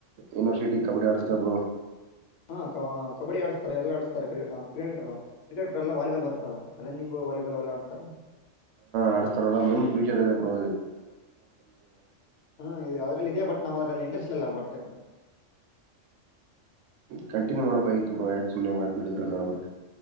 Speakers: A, on the right (about 70°); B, on the left (about 70°).
A: ಯನಿವರ್ಸಿಟಿ ಕಬಡಿ ಅಡಸ ಬ
B: ಹಾ ಕ ಕಬಡ್ಡಿ ಆಡಸ್ತಾರೆ ಎಲ್ಲಾ ಆಡಸ್ತಾರೆ ಕ್ರ್ರಿಕಟ್ ಕ್ರಿಕೆಟ್ ಎಲ್ಲ ವಾಲಿಬಾಲ್ ಬರುತ್ತಲ್ಲ ರನ್ನಿಂಗ್ ವಾಲಿಬಾಲ್ ಎಲ್ಲ ಆಡಸ್ತಾರಲ್ಲ
A: ಆಡ್ಸ್ತಾರಲ್ಲ ಮುಂದ ಫ್ಯೂಚರ್ ಇದೆ ಪ್ರೋ
B: ಹ್ಮ್ ಅದ್ರಲ್ಲಿ ಇದೆಯ ಬಟ್ ನಮ್ಮ ಅದ್ರಲ್ಲಿ ಇಲ್ಲ ಬಟ್ಟೆ
A: ಕಂಟಿನ್ಯೂ ಮಾಡಬೇಕಾಗಿತ್ತು ಬ್ರೋಾಕೆ ಸುಮ್ಮನೆ ಮಾಡಕ್ಬ ಬಿಟ್ಟಿದ್ರ ನಡಬಬೇಕಕ್